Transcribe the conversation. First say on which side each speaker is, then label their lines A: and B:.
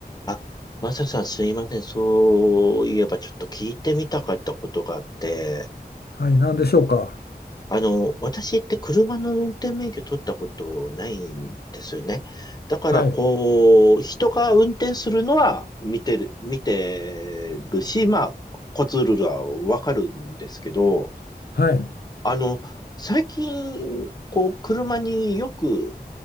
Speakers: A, on the left (about 25°); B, on the left (about 75°).
A: あ、マサさんすいません。そういえばちょっと聞いてみたかったことがあって、
B: はい、何でしょうか。
A: あの、私って車の運転免許取ったことないんですよね。だからこう、
B: はい、
A: 人が運転するのは見てる、見てるし、まあ、コツルールはわかるんですけど、
B: はい、
A: あの、最近、こう、車によく、